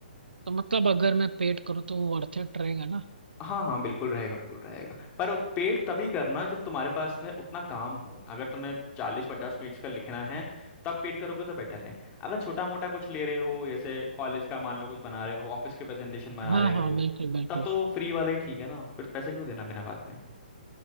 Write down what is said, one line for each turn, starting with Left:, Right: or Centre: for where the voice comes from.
Right: तो मतलब अगर मैं पेड करूँ तो वो वर्थ इट रहेगा ना
Left: हाँ हाँ बिल्कुल रहेगा बिल्कुल रहेगा पर पेड तभी करना जब तुम्हारे पास में उतना काम हो अगर तुम्हें चालीस पचास पेज का लिखना है तब पेड करोगे तो बेटर है अगर छोटा मोटा कुछ ले रहे हो जैसे कॉलेज का मान लो कुछ बना रहे हो ऑफिस के प्रेजेंटेशन बना
Right: हाँ
Left: रहे
Right: हाँ
Left: हो
Right: बिल्कुल बिल्कुल
Left: तब तो फ्री वाला ही ठीक है ना फिर पैसे क्यों देना बिना बात में